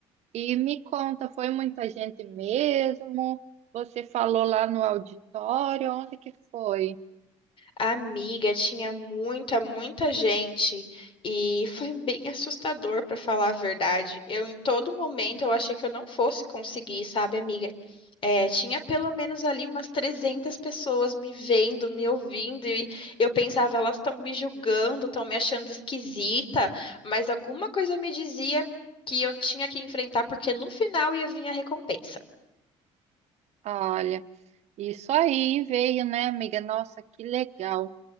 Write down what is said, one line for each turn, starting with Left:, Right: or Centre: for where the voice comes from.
Right: E me conta, foi muita gente mesmo? Você falou lá no auditório, onde que foi?
Left: Amiga, tinha muita, muita gente e foi bem assustador, para falar a verdade. Eu, em todo momento, eu achei que eu não fosse conseguir, sabe, amiga? É, tinha pelo menos ali umas 300 pessoas me vendo, me ouvindo, e eu pensava, elas estão me julgando, estão me achando esquisita, mas alguma coisa me dizia que eu tinha que enfrentar, porque no final ia vir a recompensa.
Right: Olha, isso aí veio, né, amiga? Nossa, que legal.